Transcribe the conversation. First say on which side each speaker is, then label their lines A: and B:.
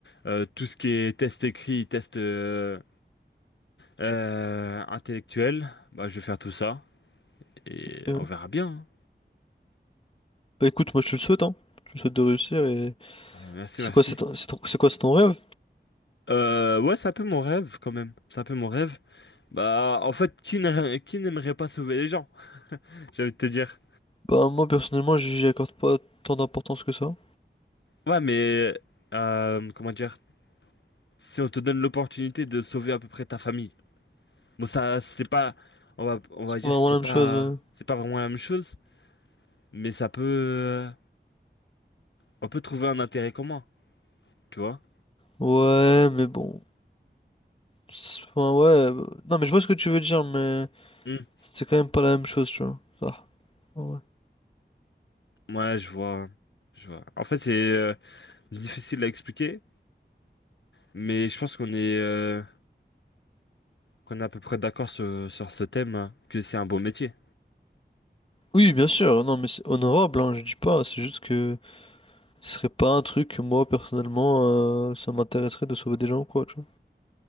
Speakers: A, on the left (about 75°); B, on the left (about 30°).
A: Euh, tout ce qui est test écrit, test euh, euh, intellectuel, bah je vais faire tout ça et
B: Ok.
A: on verra bien.
B: Bah, écoute, moi, je te le souhaite, hein. Je te souhaite de réussir et...
A: hein. Euh, merci,
B: C'est
A: merci.
B: quoi, c'est ton... c'est ton- c'est quoi, c'est ton rêve?
A: Euh, ouais, c'est un peu mon rêve quand même. C'est un peu mon rêve. Bah, en fait, qui n'aimerait qui n'aimerait pas sauver les gens? <laughs> J'ai envie de te dire.
B: Bah, moi, personnellement, j'y accorde pas tant d'importance que ça.
A: Ouais, mais euh, comment dire, si on te donne l'opportunité de sauver à peu près ta famille, bon ça c'est pas, on va on
B: C'est
A: va dire
B: pas vraiment
A: que c'est
B: la
A: pas
B: même chose. euh.
A: c'est pas vraiment la même chose, mais ça peut euh, on peut trouver un intérêt commun, tu vois?
B: Ouais, mais bon. C'est- Enfin, ouais. euh, Non, mais je vois ce que tu veux dire, mais
A: Hmm.
B: c'est quand même pas la même chose, tu vois. Ça. Ah, Ouais.
A: Ouais, je vois, je vois. En fait c'est euh, difficile à expliquer, mais je pense qu'on est euh, qu'on est à peu près d'accord sur sur ce thème hein, que c'est un beau métier.
B: Oui, bien sûr, non, mais c'est honorable, hein, je dis pas, c'est juste que ce serait pas un truc que moi, personnellement, euh, ça m'intéresserait de sauver des gens ou quoi, tu vois.